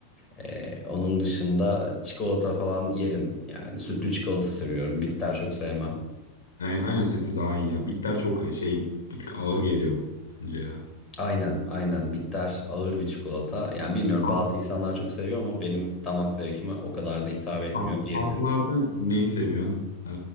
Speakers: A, on the left; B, on the left.
A: Ee, onun dışında çikolata falan yerim. Yani sütlü çikolata seviyorum. Bitter çok sevmem.
B: Yani aynen setli daha iyi ya. Bitter çok şey bir tık ağır geliyor bence ya.
A: Aynen aynen bitter ağır bir çikolata. Yani bilmiyorum
B: Tat,
A: bazı insanlar çok seviyor ama benim damak zevkime o kadar da hitap etmiyor
B: tat,
A: diyebilirim.
B: tatlılardan neyi seviyorsun? Ha,